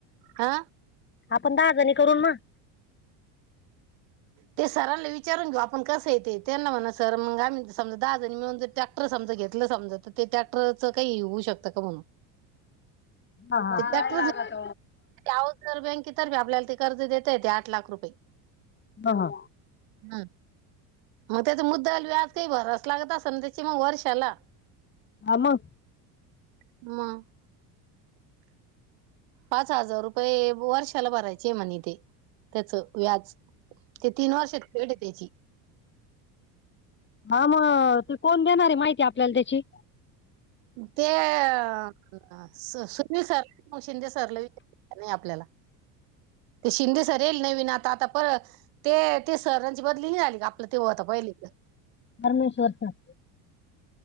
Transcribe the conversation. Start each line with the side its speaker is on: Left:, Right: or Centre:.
Right: हा
Left: आपण दहा जणी करून मग
Right: ते सराला विचारून घेऊ आपण कसं येते त्यांना म्हणा सर मग आम्ही समजा दहा जणी मिळून ट्रॅक्टर समज घेत समज तर ते ट्रॅक्टरच काही होऊ शकतं का म्हणून
Left: हा
Right: ते ट्रॅक्टर
Left: लागत
Right: अवजार बँकेतर्फे कर्ज आपल्याला ते आठ लाख रुपये
Left: ह हा
Right: हम् मग त्याच मुद्दल, व्याज काही भरावच लागत असल ना त्याची मग वर्षाला.
Left: हा म
Right: म पाच हजार रुपये वर्षाला भरायचे म्हणे तेे, त्याच व्याज. ते तीन वर्षात फेड ये त्याची.
Left: हा म, ते कोण देणार आहे माहिती आपल्याला त्याची?
Right: ते अ स सुनील सर किंवा शिंदे सरला विचा नाही आपल्याला, ते शिंदे सर येेल नवीन आता, आता पर ते ते सरांची बदली नाही आली का, आपलं ते होता पहिले इथं?
Left: परमेश्वर सर